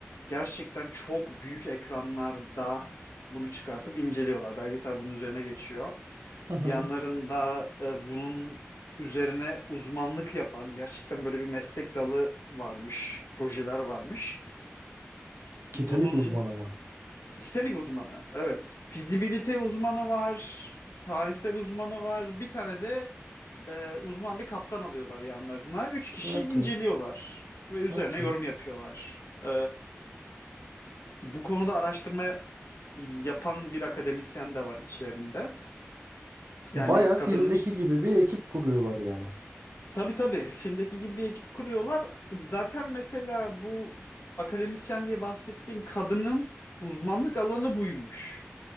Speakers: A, on the left; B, on the right.
A: gerçekten çok büyük ekranlarda bunu çıkartıp inceliyorlar. Belgesel bunun üzerine geçiyor.
B: hı hı.
A: Yanlarında e, bunun üzerine uzmanlık yapan gerçekten böyle bir meslek dalı varmış, projeler varmış.
B: Titanik
A: Bunun
B: uzmanı mı?
A: Titanik uzmanı. Evet. Fizibilite uzmanı var. Tarihsel uzmanı var. Bir tane de e, uzman bir kaptan alıyorlar yanlarına. Üç kişi
B: Okey,
A: inceliyorlar ve üzerine
B: okey.
A: yorum yapıyorlar. E, bu konuda araştırma yapan bir akademisyen de var içlerinde. Yani
B: Baya
A: kadının...
B: filmdeki
A: işte,
B: gibi bir ekip kuruyorlar yani.
A: Tabii tabii filmdeki gibi bir ekip kuruyorlar. Zaten mesela bu akademisyen diye bahsettiğim kadının uzmanlık alanı buymuş.